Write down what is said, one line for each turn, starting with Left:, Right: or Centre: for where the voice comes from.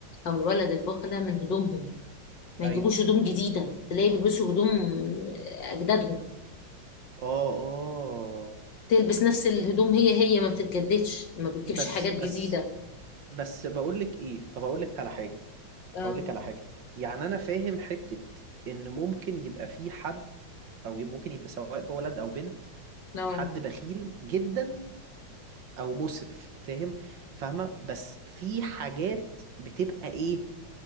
Left: او الولد البخلة من هدومهم ما
Right: ايوه
Left: يجيبوش هدوم جديدة تلاقي بيلبسوا هدوم اجدادهم
Right: اه اه
Left: تلبس نفس الهدوم هي هي ما بتتجددش ما بتجيبش
Right: بس
Left: حاجات جديدة
Right: بس بس بقول لك ايه طب اقول لك على حاجة
Left: اه
Right: هقول لك على حاجة يعني أنا فاهم حتة إن ممكن يبقى في حد أو ممكن يبقى سواء بقى ولد أو بنت
Left: لا
Right: حد بخيل جدا أو مسرف فاهم فاهمة بس في حاجات بتبقى إيه